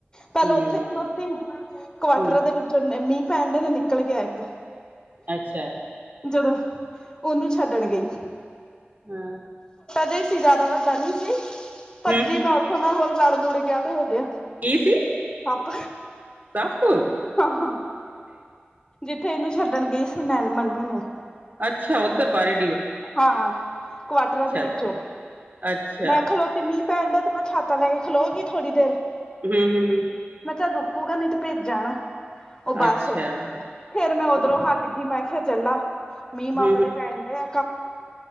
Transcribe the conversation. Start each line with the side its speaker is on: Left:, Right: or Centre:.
Left: ਪਹਿਲ
Right: ਹੂੰ,
Left: ਉੱਥੇ ਖਲੋਤੀ ਕੁਆਰਟਰ
Right: ਹੂੰ
Left: ਦੇ ਵਿੱਚ। ਚ ਮੀਂਹ ਪੈਣ ਤੋਂ ਨਿਕਲ ਗਿਆ ਇੱਕ।
Right: ਅੱਛਾ।
Left: ਜਦੋਂ ਉਹਨੂੰ ਛੱਡਣ ਗਈ।
Right: ਹੈਂ
Left: ਜ ਸੀ ਜਿਆਦਾ ਵੱਡਾ ਨਹੀ ਸੀ। ਭੱਜੀ
Right: ਹੂੰ
Left: ਮੈਂ ਉੱਥੋਂ ਮੈਂ ਹੋਰ ਲੜ ਲੁੜ ਗਿਆ ਤੇ ਹੋ ਗਿਆ।
Right: ਈ ਸੀ।
Left: ਪਾਪ
Right: ਦਸ ਕੁ
Left: ਹਾਂ ਹਾਂ ਜਿੱਥੇ ਇਹਨੂੰ ਛੱਡਣ ਗਈ ਸੀ, ਮੈ ਮਨੂੰ ਨੂੰ।
Right: ਅੱਛਾ! ਉੱਧਰ ਬਾਰੇ
Left: ਹਾਂ ਕੁਆਟਰਾਂ ਦੇ ਵਿੱਚੋਂ
Right: ਅੱਛਾ, ਅੱਛਾ
Left: ਮੈਂ ਖਲੋ ਤੇ ਮੀਂਹ ਪੈਣਦਾ ਤੇ ਮੈਂ ਛਾਤਾ ਲੈ ਕੇ ਖਲੋਗੀ ਥੋੜ੍ਹੀ ਦੇਰ।
Right: ਹਂ-ਹਂ ਹਂ
Left: ਮੈਂ ਚੱਲ ਰੁਕੂਗਾ ਨਹੀਂ ਤੇ ਭੇਜ ਜਾਣਾ। ਉਹ ਬੱਸ
Right: ਅੱਛਾ
Left: ਫੇਰ ਮੈਂ
Right: ਹਾਂ,
Left: ਉਧਰੋਂ ਹਟ ਲੱਗੀ ਮੈਂ ਕਿਹਾ ਚੱਲਾ, ਮੀਹ-ਮਾਂਹ
Right: ਹੂੰ, ਹੂੰ
Left: ਬੜੇ ਪੈਣ ਡਏ